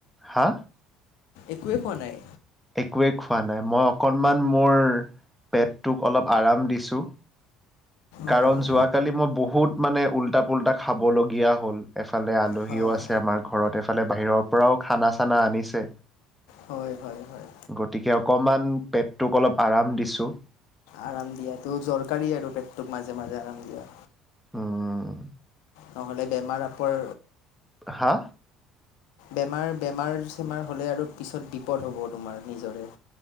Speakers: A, in the centre; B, on the left.
A: হা?
B: একোৱেই খোৱানাই?
A: একোৱেই খোৱা নাই। মই অকনমান মোৰ পেটটোক অলপ আৰাম দিছোঁ। কাৰণ
B: অ',
A: যোৱাকালি মই বহু- বহুত মানে উল্টা পুল্টা খাবলগীয়া হ'ল এফালে আলহীও
B: হয়,
A: আছে আমাৰ ঘৰত এফালে বাহিৰৰ পৰাও খানা চানা আনি। ছে।
B: হয়, হয়, হয়,
A: গতিকে অকণমান পেটটোক অলপ আৰাম দিছোঁ।
B: আৰাম দিয়াটো দৰকাৰী আৰু পেটোক মাজে মাজে আৰাম দিয়া।
A: হুম।
B: নহ'লে বেমাৰ পৰ।
A: হা
B: বেমাৰ, বেমাৰ -চেমাৰ হ'লে আৰু- পিছত বিপদ হ'ব তোমাৰ নিজৰে।